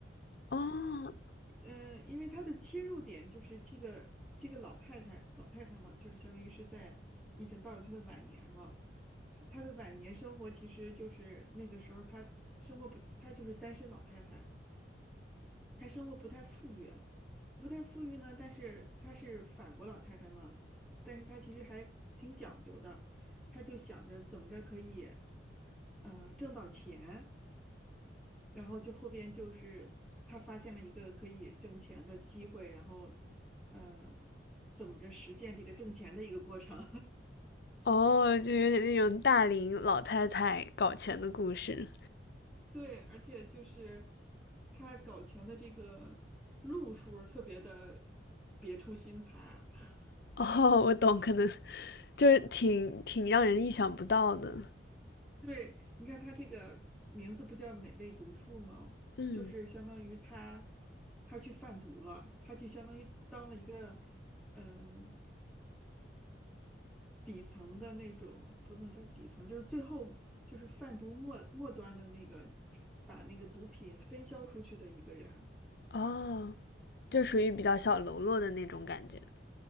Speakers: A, on the left (about 55°); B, in the centre.
A: 哦
B: 嗯，因为他的切入点就是这个这个老太太，老太太嘛，就是相当于是在已经到了她的晚年了。她她的晚年生活其实就是那个时候她生活不，她就是单身老太太，她生活不太富裕，不太富裕呢。但是她是法国老太太嘛，但是她其实还挺讲究的，她就想着怎么着可以，呃，挣到钱。然后就后边就是他发现了一个可以挣钱的机会，然后呃，怎么着实现这个挣钱的一个过程
A: 哦，就有点那种大龄老太太搞钱的故事？
B: <laughs>？对，而且就是他搞钱的这个路数特别的别出心裁。<laughs>
A: 哦，我懂，可能就是挺挺让人意想不到的。
B: 对，你看他这个名字不叫“美味毒妇”吗？
A: 嗯，
B: 就是相当于他他去贩毒了，他就相当于当了一个嗯、呃底层的那种，不能叫底层，就是最后就是贩毒末末端的那个，把那个毒品分销出去的一个人。
A: 哦，就属于比较小喽啰的那种感觉。